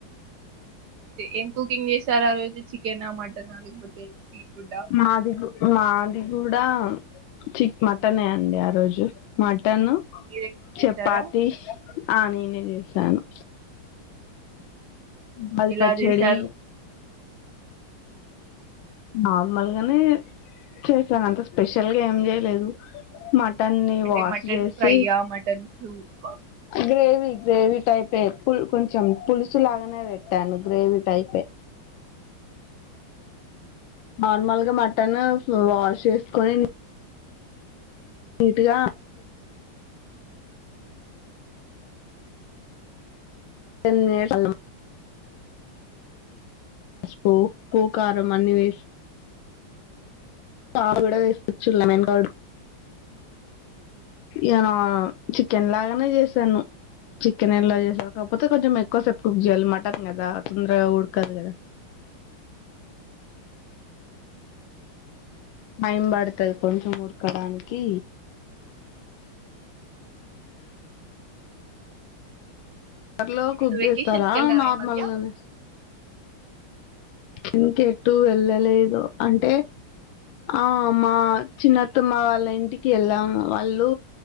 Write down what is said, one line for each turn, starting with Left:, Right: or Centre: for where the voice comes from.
Right: ఏం కుకింగ్ చేసారు ఆ రోజు చికెన్ చికెన్ మటన్ లేకపోతే ఫుడ్డా
Left: మాది గు మాది కూడా చిక్ మటన్ అండి ఆ రోజు మా మటన్
Right: మీరే కుక్
Left: చపాతి
Right: చేశారా
Left: ఆ నీను చేసాను ఉగాది
Right: ఎలా
Left: పచ్చడి
Right: చేశారు
Left: నార్మల్ గానే చేసాను అంత స్పెషల్ గా ఏం చేయలేదు మాట్ న్ని
Right: అంటే
Left: వాష్
Right: మటన్
Left: చేసి
Right: ఫ్రైయా మటన్ సూపా
Left: గ్రేవి గ్రేవీ టైపే పు కొంచెం పులుసు లాగానే పెట్టాను గ్రేవీ టైపే నార్మల్గా మటన్ వాష్ చేసుకొని నీటుగా టెన్ మినిట్స్ అల్లం పసుపు పూకారం అన్ని వేసి పావు కూడా వేసుచ్చుడు ఏ చికెన్ లాగానే చేసాను చికెన్ ఎలా చేసాారు కాకపోతే కొంచెం ఎక్కువ సేపు కుక్ చేయాలి మటన్ కదా తొందరగా ఉడకదు కదా టైమ్ పడుతుది కొంచెం ఉడకడానికి కర్లో
Right: ఎటైనా
Left: కుక్ చేస్తారా
Right: వెకేషన్స్ కెళ్ళారా
Left: నార్మల్గానే
Right: ఈ మధ్య
Left: ఇంకెటు వెళ్ళలేదు అంటే ఆ మా చిన్నత్తమ్మ వాళ్ళ ఇంటికి వెళ్ళాము వాళ్ళు